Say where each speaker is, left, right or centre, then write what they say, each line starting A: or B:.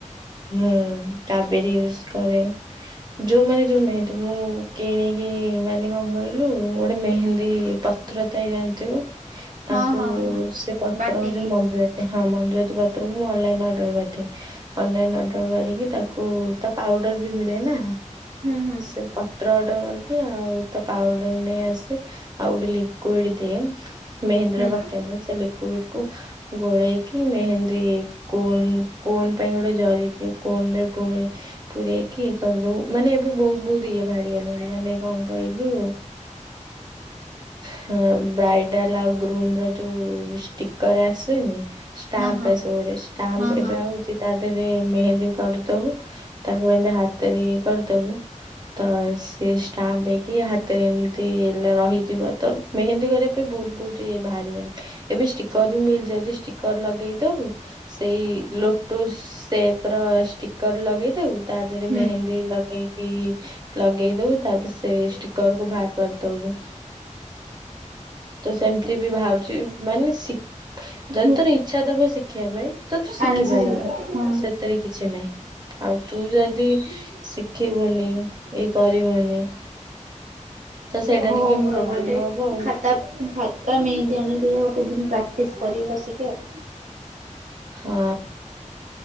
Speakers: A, on the right; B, on the right.
A: ହୁଁ। କବେରୀ ୟୁଜ କରେ ଯୋଉମାନେ ଯୋଉ ମେହେତି ମୁଁ କିଣିକି ମାନେ କଣ କହିଲୁ ଗୋଟେ ମେହେନ୍ଦୀ ପାତ୍ରତାଇ ଜାଣି ଥିବୁ। ତାଙ୍କୁ
B: ହଁ ହଁ ହଁ
A: ସେ ପତ୍ର
B: ବାଟିକି।
A: ଯୋଉ ମଞ୍ଜୁଆତି। ହଁ ମଞ୍ଜୁଆତି ପତ୍ରକୁ ମୁଁ ଅନଲାଇନ ଅର୍ଡର କରିଦିଏ ଅନଲାଇନ ଅର୍ଡର କରିକି ତାକୁ ତା ପାଉଡର ବି ମିଳେନା।
B: ହୁଁ ହୁଁ।
A: ସେ ପତ୍ର ଅର୍ଡର କରିଦିଏ ଆଉ ତା ପାଉଡର ନେଇ ଆସେ। ଆଉ ଗୋଟେ ଲିକ୍ୟୁଡ ଦିଏ। ମେହେନ୍ଦୀରେ
B: ହୁଁ
A: ପକେଇବେ ସେ ଲିକ୍ୟୁଡକୁ ଗୋଳେଇକି ମେହେନ୍ ରେ କୋନ କୋନ ପାଇଁ ଗୋଟେ ଜରି ଅଛି। କୋନରେ ପୁରେ ପୁରରେଇକି ଇଏ କରିଦବୁ ମାନେ ଏବେ ବହୁତ ବହୁତ ଇଏ ବାହାରି ଗଲାଣି ମାନେ କଣ କହିଲ ଇଲୁ ହଁ ବ୍ରାଇଡାଲ ଆଉ ଗ୍ରୁମର ଯୋଉ ଷ୍ଟିକର ଆସୁନି। ଷ୍ଟାମ୍ପ
B: ହଁ ହଁ
A: ଆସେ ସେଗୁଡା ଷ୍ଟାମ୍ପ
B: ହଁ ହଁ
A: ଏବେ ଆଉଛି ତା ରେ ମେହେନ୍ଦୀ କରିଦବୁ ତାକୁ ଏମିତି ହାତରେ ଇଏ କରିଦବୁ ତ ସେ ଇଏ ଷ୍ଟାମ୍ପ ହେଇକି ହାତରେ ଏମିତି ଲା ରହିଯିବ ତ ମେହେନ୍ଦୀ କରିବା ପାଇଁ ବହୁତ ବହୁତ ଇଏ ବାହାରେ ଏବେ କରି ବି ମିଳିଯାଉଛି ଷ୍ଟିକର ଲଗେଇ ଦବୁ ସେଇ ଲୋଟସ ସେପର ଷ୍ଟି କରି ଲଗେଇ ଦବୁ ତା ଦେହରେ
B: ହୁଁ।
A: ମେହେନ୍ଦୀ ଲଗେଇ କି ଲଗେଇଦବୁ ତାପରେ ସେ ଷ୍ଟିକରକୁ ବାହାର କରିଦବୁ। ତ ସେମତି ବି ବାହାରୁଛି ମାନେ ଶି ଯଦି
B: ହୁଁ
A: ତୋର ଇଚ୍ଛା ଦବ ଶିଖିବା ପାଇଁ। ତ ତୁ ଶିଖିପାରିବୁ
B: ଆରାମସେ ଯିବି ହଁ
A: ସେଥିରେ କିଛି ନାହିଁ। ଆଉ ତୁ ଯଦି ଶିଖିବୁନି ଇଏ କରିବୁନି। <inaudible> ସେଇଟା
B: ହଉ
A: ଟିକେ
B: ମୁଁ
A: ପ୍ରୋବ୍ଲେମ
B: ଗୋଟେ
A: ହବ ଆଉ
B: ଖାତା ଖାତା ନେଇତକି ଆଣିଥିଲି। ଗୋଟେ ଦିନ ପ୍ରାକ୍ଟିସ କରିବ ବସିକି ଆଉ।
A: ହଁ।